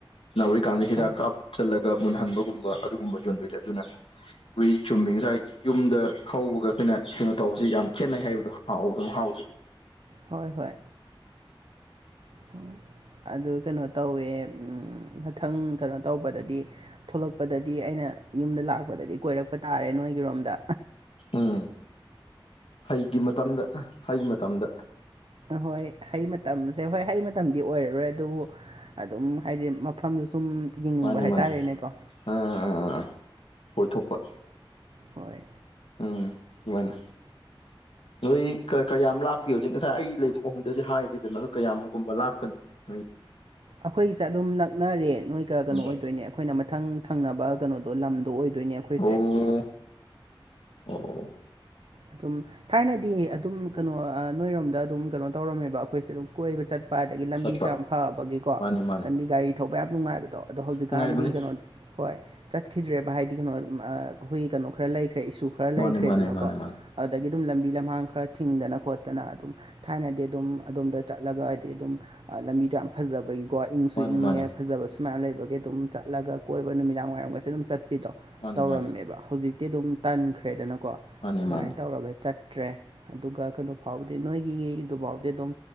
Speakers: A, on the left; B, on the right.
A: ꯅꯧꯔꯤꯀꯥꯟꯗ ꯍꯤꯗꯥꯛ
B: ꯍꯣꯏ
A: ꯀꯥꯞꯆꯜꯂꯒ ꯃꯨꯟꯍꯟꯕꯒꯨꯝꯕ ꯑꯗꯨꯒꯨꯝꯕ ꯌꯣꯟꯗꯣꯏꯔ ꯑꯗꯨꯅ ꯑꯩꯈꯣꯏ ꯆꯨꯝꯃꯤ ꯉꯁꯥꯏ ꯌꯨꯝꯗ ꯍꯧꯕꯒ ꯑꯩꯈꯣꯏꯅ ꯀꯩꯅꯣ ꯇꯧꯕꯁꯤ ꯌꯥꯝ ꯈꯦꯠꯅꯩ ꯍꯥꯏꯕꯗꯣ ꯍꯥꯎ ꯑꯗꯨ ꯍꯥꯎꯖꯩ
B: ꯍꯣꯏ ꯍꯣꯏ ꯍꯣꯏ ꯑꯗꯨ ꯀꯩꯅꯣ ꯇꯧꯋꯦ ꯃꯊꯪ ꯀꯩꯅꯣ ꯇꯧꯕꯗꯗꯤ ꯊꯣꯛꯂꯛꯄꯗꯗꯤ ꯑꯩꯅ ꯌꯨꯝꯗ ꯂꯥꯛꯄꯗꯗꯤ ꯀꯣꯏꯔꯛꯄ ꯇꯥꯔꯦ ꯅꯣꯏꯒꯤꯔꯣꯝꯗ
A: ꯎꯝ ꯍꯩꯒꯤ ꯃꯇꯝꯗ ꯍꯩ ꯃꯇꯝꯗ
B: ꯍꯣꯏ ꯍꯩ ꯃꯇꯝꯁꯦ ꯍꯣꯏ ꯍꯩ ꯃꯇꯝꯗꯤ ꯑꯣꯏꯔꯔꯣꯏ ꯑꯗꯨꯕꯨ ꯑꯗꯨꯝ ꯍꯥꯏꯗꯤ ꯃꯐꯝꯗꯨ ꯁꯨꯝ ꯌꯦꯡꯅꯤꯡꯕ
A: ꯃꯥꯅꯤ
B: ꯍꯥꯏꯇꯥꯔꯦꯅꯦꯀꯣ
A: ꯃꯥꯅꯤ ꯑꯥ ꯑꯥ ꯑꯥ ꯑꯥ ꯀꯣꯏꯊꯣꯛꯄ
B: ꯍꯣꯏ
A: ꯎꯝꯕꯥꯏꯅ ꯅꯣꯏ ꯀꯌꯥꯝ ꯂꯥꯞꯀ ꯍꯧꯖꯤꯛ ꯉꯁꯥꯏ ꯑꯩ ꯂꯩꯕ ꯑꯍꯨꯝꯗꯨꯗꯤ ꯍꯥꯏꯗꯦꯗꯅꯁꯨ ꯀꯌꯥꯝꯒꯨꯝꯕ ꯂꯥꯞꯄꯅꯤ ꯐꯩ
B: ꯑꯩꯈꯣꯏꯒꯤꯁꯦ ꯑꯗꯨꯝ ꯅꯛꯅꯔꯦ ꯅꯣꯏꯒ
A: ꯁꯦꯝꯕ
B: ꯀꯩꯅꯣ ꯑꯣꯏꯗꯣꯏꯅꯦꯕ ꯑꯩꯈꯣꯏꯅ ꯃꯊꯪ ꯊꯪꯅꯕ ꯀꯩꯅꯣꯗꯣ ꯂꯝꯗꯣ ꯑꯣꯏꯗꯣꯏꯅꯦ ꯑꯩꯈꯣꯏꯁꯦ
A: ꯑꯣ ꯑꯣ
B: ꯑꯗꯨꯝ ꯊꯥꯏꯅꯗꯤ ꯑꯗꯨꯝ ꯀꯩꯅꯣ ꯑ ꯅꯣꯏꯔꯣꯝꯗ ꯑꯗꯨꯝ ꯀꯩꯅꯣ ꯇꯧꯔꯝꯃꯦꯕ ꯑꯩꯈꯣꯏꯁꯦ ꯑꯗꯨꯝ ꯀꯣꯏꯕ ꯆꯠ ꯎꯄꯥꯏꯗꯒꯤ ꯂꯝꯕꯤꯁꯨ
A: ꯆꯠꯄ
B: ꯌꯥꯝ ꯐꯕꯒꯤꯀꯣ
A: ꯃꯥꯅꯤ ꯃꯥꯅꯤ
B: ꯂꯝꯕꯤ ꯒꯥꯔꯤ ꯊꯧꯕ ꯌꯥꯝ ꯅꯨꯡꯉꯥꯏꯕꯗꯣ ꯑꯗꯣ ꯍꯧꯖꯤꯛꯀꯥꯟꯗꯤ
A: ꯅꯨꯡꯉꯥꯏꯕꯅꯤ
B: ꯀꯩꯅꯣ ꯍꯣꯏ ꯆꯠꯈꯤꯗ꯭ꯔꯦꯕ ꯍꯥꯏꯗꯤ ꯀꯩꯅꯣ ꯑꯩꯈꯣꯏꯒꯤ ꯀꯩꯅꯣ ꯈꯔ ꯂꯩꯈ꯭ꯔꯦ ꯏꯁꯨ ꯈꯔ
A: ꯃꯥꯅꯤ
B: ꯂꯩꯈ꯭ꯔꯦꯗꯅꯀꯣ
A: ꯃꯥꯅꯤ ꯃꯥꯅꯤ ꯃꯥꯅꯤ
B: ꯑꯗꯨꯗꯒꯤ ꯑꯗꯨꯝ ꯂꯝꯕꯤ ꯂꯝꯍꯥꯡ ꯈꯔ ꯊꯤꯡꯗꯅ ꯈꯣꯠꯇꯅ ꯑꯗꯨꯝ ꯊꯥꯏꯅꯗꯤ ꯑꯗꯨꯝ ꯑꯗꯣꯝꯗ ꯆꯠꯂꯒ ꯍꯥꯏꯗꯤ ꯑꯗꯨꯝ ꯂꯝꯕꯤꯗꯣ ꯌꯥꯝ ꯐꯖꯕꯒꯤ ꯀꯣ ꯏꯪꯁꯨ
A: ꯃꯥꯅꯤ
B: ꯏꯪꯉꯦ
A: ꯃꯥꯅꯤ
B: ꯐꯖꯕꯁꯨꯨꯃꯌꯥꯝ ꯂꯩꯕꯒꯤ ꯑꯗꯨꯝ ꯆꯠꯂꯒ ꯀꯣꯏꯕ ꯅꯨꯃꯤꯗꯥꯡ ꯋꯥꯏꯔꯝꯒꯁꯨꯦ ꯑꯗꯨꯝ ꯆꯠꯄꯤꯗꯣ
A: ꯃꯥꯅꯤ
B: ꯇꯧꯔꯝꯃꯦꯕ
A: ꯃꯥꯅꯤ
B: ꯍꯧꯖꯤꯛꯇꯤ ꯑꯗꯨꯝ ꯇꯟꯈ꯭ꯔꯦꯗꯅꯀꯣ
A: ꯃꯥꯅꯤ
B: ꯑꯗꯨꯃꯥꯏꯅ
A: ꯃꯥꯅꯤ
B: ꯇꯧꯔꯒ ꯆꯠꯇ꯭ꯔꯦ ꯑꯗꯨꯒ ꯀꯩꯅꯣ ꯐꯥꯎꯕꯗꯤ ꯅꯣꯏꯒꯤꯗꯨꯐꯥꯎꯗꯤ ꯑꯗꯨꯝ